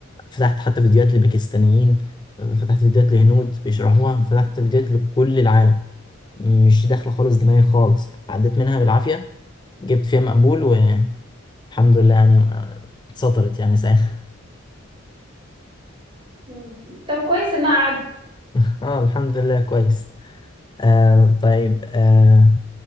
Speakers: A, on the left; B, on the right.
A: فتحت حتى فيديوهات لباكستانيين فتحت فيديوهات لهنود بيشرحوها فتحت فيديوهات لكل العالم مش داخلة خالص دماغي خالص يعني عديت منها بالعافية جبت فيها مقبول والحمد لله يعني آه، اتسطرت يعني ساعتها
B: مم. طب كويس ان قعد
A: <laughs> اه الحمد لله كويس آه طيب آه